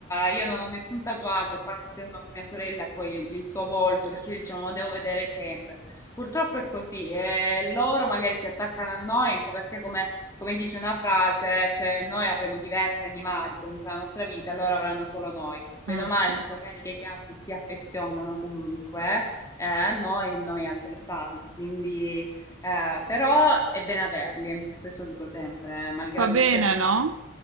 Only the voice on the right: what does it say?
Eh
sì,
fa bene,
no?